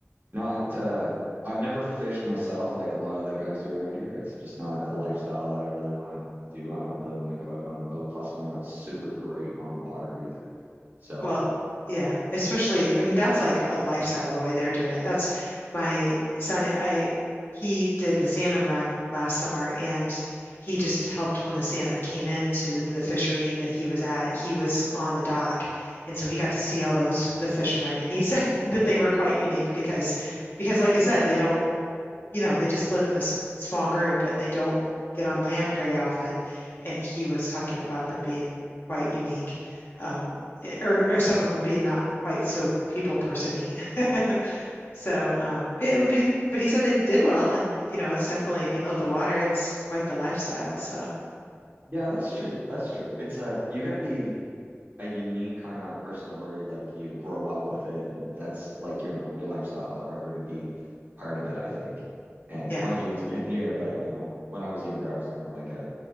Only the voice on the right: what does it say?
not uh I've never fished myself like a lot of the guys do around here. It's just not a lifestyle that I really want to do. I don't really want to go out on the boat. Plus, I'm not super great on the water either. So,
yeah, that's true. That's true. It's uh you got to be a unique kind of person or like you grow up with it and that's like you know your lifestyle or wherever to be part of it I think and
mind you it's been here but you know when I was younger I was kind of like a